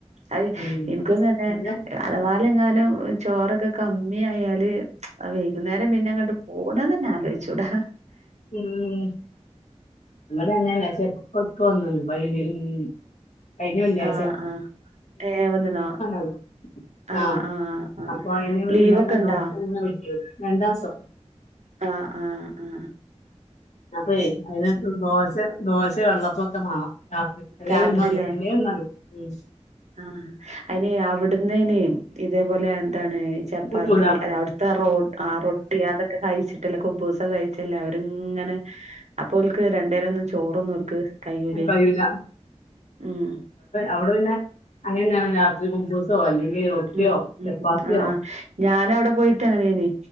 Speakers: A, on the right (about 75°); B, on the left (about 80°).
A: അത്
B: ഉം
A: എനിക്കൊന്നുതന്നെ
B: പിന്നെ
A: അതുപൊലെയെങ്ങാനും ചോറൊക്കെ കമ്മി ആയാല് വൈകുന്നേരം പിന്നെ അങ്ങോട്ട് പോണതന്നെ ആലോചിച്ചൂടാ
B: ഉം ഇന്നലെ അങ്ങനെ <unintelligible> <unintelligible> കഴിഞ്ഞ വെള്ളിയാഴ്ച
A: ആഹ് ആഹ് ഏഹ് വന്നിണോ
B: <unintelligible>
A: ആഹ്
B: ആം
A: ആഹ് ആഹ്
B: അപ്പൊ അയിന്
A: ലീവൊക്കെ
B: എല്ലാരും
A: ഇണ്ടാ
B: നോക്കാനെ പറ്റിയ രണ്ടാസം
A: ആ ആ ആ
B: അപ്പയെ അതിനാത്ത് ദോശ ദോശ വെള്ളപ്പൊക്കെ മാണം ആ എന്തേലുംഒന്നുമതി
A: രാത്രില്ലേ
B: എന്തേലു ഒന്നുള്ളു ഉം
A: ആഹ് അയിനെ അവിടന്നയ്നെ ഇതേപോലെ അതാണ് ഈ ചപ്പാത്തി
B: കിട്ടൂല
A: അല്ല അവിടുത്തെ റൊ ആ റൊട്ടി അതൊക്കെ കഴിച്ചിട്ടല്ലേ കുബ്ബൂസ് കഴിച്ച ച്ചെല്ല അവരിങ്ങനെ അപ്പൊ ഓൽക്ക് രണ്ടേരം ഒന്നും ചോറൊന്നും ഓൽക്ക് കയ്യൂലേ
B: കഴിയൂല ഇവിടെ
A: ഉം
B: അവിടെ പിന്നെ അങ്ങനെയാണ് രാത്രി കുബ്ബൂസ് സോ അല്ലെങ്കി റൊട്ടിയോ
A: ഉം ഉം
B: ചപ്പാത്തിയോ
A: ആഹ് ഞാനവിടെ പോയിട്ട് അങ്ങനെയാണ്